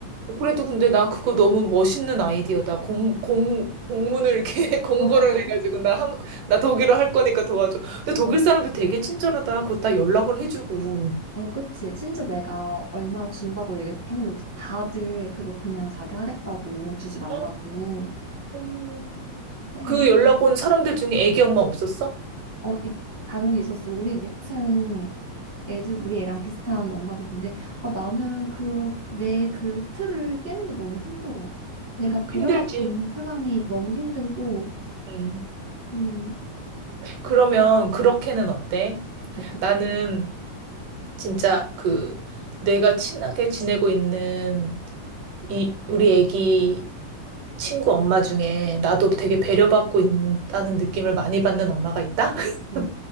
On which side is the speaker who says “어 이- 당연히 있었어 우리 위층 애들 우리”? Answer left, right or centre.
Left